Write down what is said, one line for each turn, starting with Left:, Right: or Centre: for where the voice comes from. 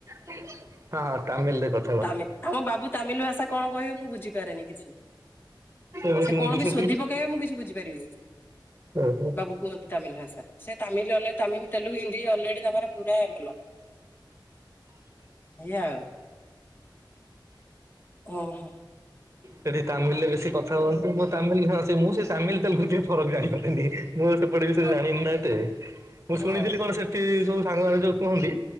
Right: ହଁ ହଁ, ତାମିଲ ରେ କଥ
Left: ତାମି, ଆମ ବାବୁ ତାମିଲ ଭାଷା କଣ କହିବେ, ମୁଁ ବୁଝି ପାରେନି କିଛି,
Right: ମୁଁ
Left: ସେ
Right: ଶୁଣିଛି
Left: କଣ ବି
Right: ସେଠି।
Left: ଶୋଦୀ ପକେଇବେ, ମୁଁ କିଛି ବୁଝିପାରିବିନି।
Right: ଓହୋ
Left: ବାବୁ କୁହନ୍ତି ତାମିଲ ଭାସା, ସେ ତାମିଲ <unintelligible> ତାମିଲ, ତେଲୁଗୁ, ହିନ୍ଦୀ ଅଲରେଡି଼ ତାଙ୍କର ପୁରା ଭଲ। ଏଇଆ ଆଉ ଉହୁଁ।
Right: ସେଠି ତାମିଲ ରେ ବେଶୀ କଥା ହୁଅନ୍ତି, ମୁଁ ତାମିଲ ସ, ମୁଁ ସେ ତାମିଲ ତେଲଗୁ ଟିକେ ଫରକ ଜାଣିପାରିଲିନି। ମୁଁ ସେପଟେ ବି ସେ
Left: ହଁ
Right: ଜାଣିନି ନା ଏତେ ମୁଁ
Left: ହଁ
Right: ଶୁଣିଥିଲି କଣ ସେଠି ସବୁ ସାଙ୍ଗମାନେ ଯୋଉ କୁହନ୍ତି